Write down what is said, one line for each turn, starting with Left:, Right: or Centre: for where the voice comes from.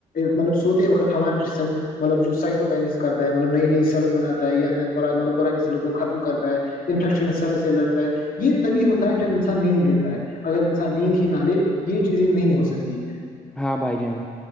Left: مطلب سوتے وقت ہمارے جسم مطلب جو سائٹو کرتا ہے مطلب نئی نئی سلز بنا ہے یا مطلب پرانی سیلوں کو ختم کرتا ہے انفشن سلس لرتا ہے یہ تبھی ہوتا ہے جب انسان نیند لیتا ہے اگر انسان نیند ہی نہ لے یہ چیزیں نہیں ہو سکتی
Centre: ہاں بھائی جان